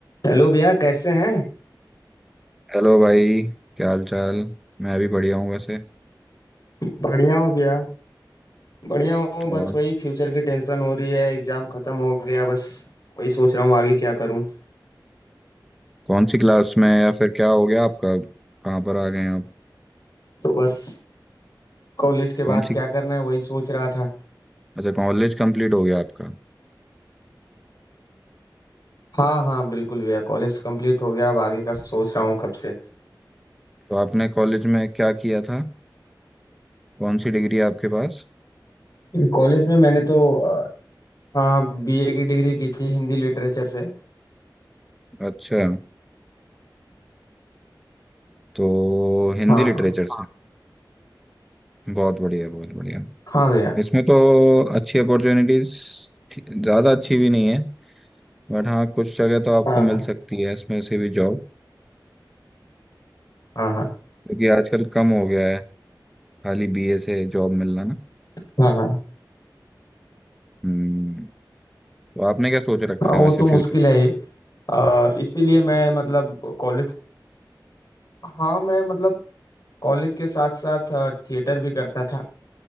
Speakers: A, on the left (about 50°); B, in the centre.
A: Hello भैया कैसे हैं
B: Hello भाई क्या हाल चाल मैं भी बढ़िया हूँ वैसे
A: बढ़िया हो गया बढ़िया हूँ बस
B: और
A: वही फ्यूचर की टेंशन हो रही है एग्जाम खत्म हो गया बस वही सोच रहा हूँ आगे क्या करूँ
B: कौन सी क्लास में या फिर क्या हो गया आपका कहाँ पर आ गए आप
A: तो बस कॉलेज के बाद
B: कौन सी
A: क्या करना है वही सोच रहा था
B: अच्छा कॉलेज कंप्लीट हो गया आपका
A: हाँ हाँ बिल्कुल भैया कॉलेज कंप्लीट हो गया अब आगे का सोच रहा हूँ कब से
B: तो आपने कॉलेज में क्या किया था कौन सी डिग्री है आपके पास
A: कॉलेज में मैंने तो अ, हाँ बीए की डिग्री की थी हिंदी लिटरेचर से
B: अच्छा तो हिंदी
A: हाँ
B: लिटरेचर
A: हाँ
B: से बहुत बढ़िया बहुत बढ़िया
A: हाँ भैया
B: इसमें तो अच्छी अपॉर्चुनिटीज ज़्यादा अच्छी भी नहीं है बट हाँ कुछ जगह तो आपको
A: हाँ
B: मिल
A: हाँ
B: सकती है इसमें से भी जॉब
A: हाँ हाँ
B: क्योंकि आजकल कम हो गया है खाली बीए से जॉब मिलना ना
A: हाँ हाँ
B: हम्म तो आपने क्या सोच रखा
A: हाँ, वो
B: है वैसे
A: तो
B: फ्यूचर
A: मुश्किल है ही। अ, इसीलिए मैं मतलब कॉलेज हाँ मैं मतलब कॉलेज के साथ साथ थिएटर भी करता था